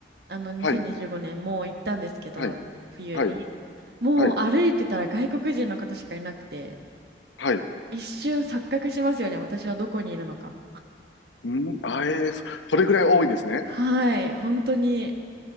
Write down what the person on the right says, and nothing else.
あの、2025年もう行ったんですけど、
冬に。
もう歩いてたら外国人の方しかいなくて、
一瞬錯覚しますよね、私はどこにいるのか。
はい、本当に